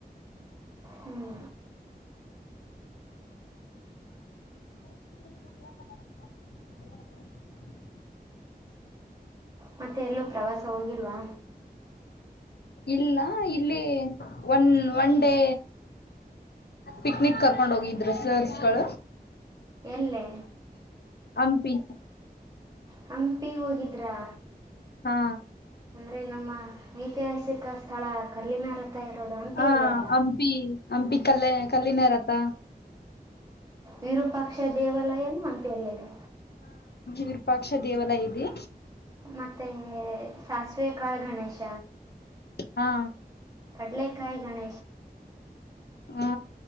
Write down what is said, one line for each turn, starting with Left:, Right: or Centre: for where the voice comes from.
Right: ಹ್ಮ್
Left: <unintelligible>
Right: ಮತ್ತೆ ಎಲ್ಲೂ ಪ್ರವಾಸ ಹೋಗಿಲ್ವಾ.
Left: ಇಲ್ಲ ಇಲ್ಲಿ ಒನ್ ಒನ್ ಡೇ ಪಿಕ್ನಿಕ್ ಕರ್ಕೊಂಡ ಹೋಗಿದ್ರು ಸರ್ಸ್ಗಳ.
Right: ಎಲ್ಲೆ.
Left: ಹಂಪಿ.
Right: ಹಂಪಿ ಹೋಗಿದ್ರಾ.
Left: ಹಾ
Right: ಅಂದ್ರೆ ನಮ್ಮ ಐತಿಹಾಸಿಕ ಸ್ಥಳ ಕಲ್ಲಿನ ರತ್ ತಾ ಇರೋದು ಹಂಪಿ
Left: ಹ
Right: ಅಲ್ಲೆ ಅಲಾ.
Left: ಹಂಪಿ ಹಂಪಿ ಕಲ್ಲ ಕಲ್ಲಿನರಥಾ.
Right: ವಿರೂಪಾಕ್ಷ ದೇವಾಲಯನು ಹಂಪಿಯಲ್ಲಿದೆ.
Left: ವಿರುಪಾಕ್ಷ ದೇವಾಲಯ ಇದಿ.
Right: ಮತ್ತೆ ಸಾಸಿವೆ ಕಾಳ ಗಣೇಶ.
Left: ಹಾ
Right: ಕಡ್ಲೆಕಾಯ್ ಗಣೇಶ್
Left: ಹಾ